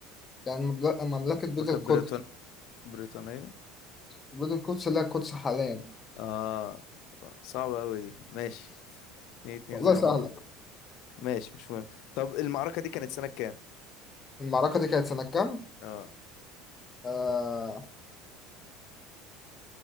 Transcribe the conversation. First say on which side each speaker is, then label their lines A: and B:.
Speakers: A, on the left; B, on the left.
A: يعني ممل- مملكة
B: المملكة
A: بيت القدس
B: بريطان... بريطانية
A: بيت القدس لا القدس حاليا
B: اه صعبة أوي دي ماشي اتنين اتنين
A: والله
B: زي
A: سهلة
B: ما احنا ماشي مش مهم طب المعركة دي كانت سنة كام؟
A: المعركة دي كانت سنة كام؟
B: اه
A: آه